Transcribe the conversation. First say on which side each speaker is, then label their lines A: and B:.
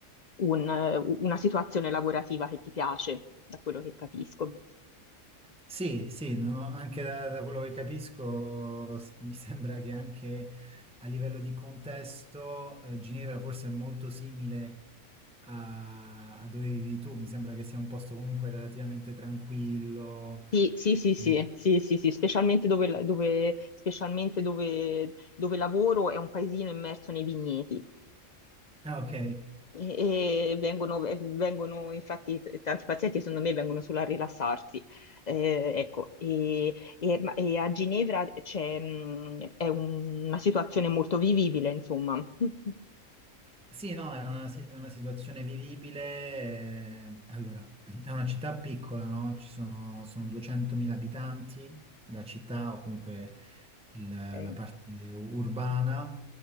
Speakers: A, on the left; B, in the centre.
A: un, eh, una situazione lavorativa che ti piace, da quello che capisco.
B: Sì, sì, non ho- anche da, da quello che capisco s- mi <laughs> sembra che anche a livello di contesto eh, Ginevra forse è molto simile a, a dove vivi tu, mi sembra che sia un posto comunque relativamente tranquillo.
A: Sì, sì, sì, sì,
B: Mm.
A: sì, sì, sì, specialmente dove, dove- specialmente dove dove lavoro è un paesino immerso nei vigneti.
B: Ah, ok.
A: E, e vengono, e vengono, infatti, t- tanti pazienti, secondo me, vengono solo a rilassarsi. Eh, ecco, e, e- ma- e a Ginevra c'è, mh, è un- una situazione molto vivibile, insomma. <laughs>
B: Sì, no, è una, si- è una situazione vivibile. eh, Allora, <clears throat> è una città piccola, no? Ci sono, sono 200.000 abitanti, la città o comunque il-
A: Ok,
B: la parte urbana